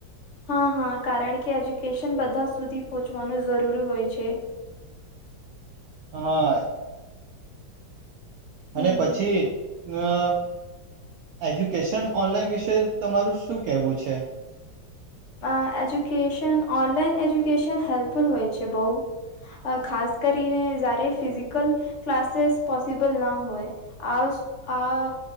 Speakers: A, on the left (about 55°); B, on the right (about 80°).
A: હા હા કારણ કે એજ્યુકેશન બધા સુધી પહોંચવાનું જરૂરી હોય છે.
B: હા. અને
A: હમ
B: પછી. અ એજ્યુકેશન ઓનલાઈન વિશે તમારું શું કેહેવું છે.
A: અ એજ્યુકેશન ઓનલાઈન એજ્યુકેશન હેલ્પફુલ હોય છે બહુ અ ખાસ કરીને જયારે ફિઝિકલ ક્લાસીસ પોસિબલ ના હોય આ આ